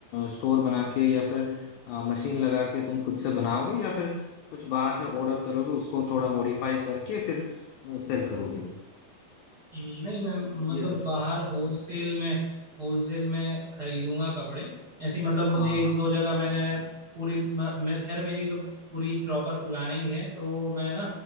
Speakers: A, on the left; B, on the right.
A: स्टोर बना के या फिर मशीन लगा के तुम खुद से बनाओगे या फिर कुछ बाहर से ऑर्डर करोगे उसको थोड़ा मॉडिफाई करके फिर सेल करोगे
B: हम्म, नहीं मैं
A: ये
B: मतलब
A: सोचो
B: बाहर होलसेल में होलसेल में खरीदूंगा कपड़े ऐसी मतलब मुझे
A: हाँ
B: एक
A: हाँ
B: दो जगह मैंने पूरी म- मैं खैर मेरी तो पूरी प्रॉपर प्लानिंग है तो मैं ना